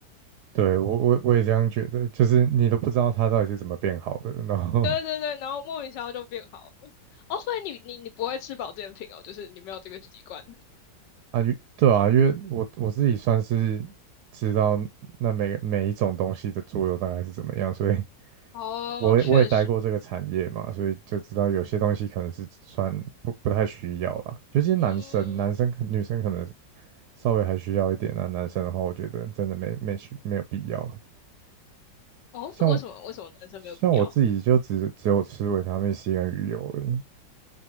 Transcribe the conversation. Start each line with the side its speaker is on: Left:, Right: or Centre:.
Right: 对，我我我也这样觉得，就是你都不知道它到底是怎么变好的。然后
Left: 对对对，然后莫名其妙就变好了。哦，所以你你你不会吃保健品哦，就是你没有这个习惯。<laughs>
Right: 啊，因对啊，因为我我自己算是知道那每每一种东西的作用大概是怎么样，所以
Left: 哦，
Right: 我也我也待过这个产业嘛，
Left: 确实，
Right: 所以就知道有些东西可能是算不不太需要啦，尤其是男生，
Left: 嗯，
Right: 男生可女生可能稍微还需要一点啊，男生的话，我觉得真的没没需没有必要。
Left: 哦，
Right: 像
Left: 为什么为什么男生没有必要？
Right: 像我自己就只只有吃维他命 C 跟鱼油而已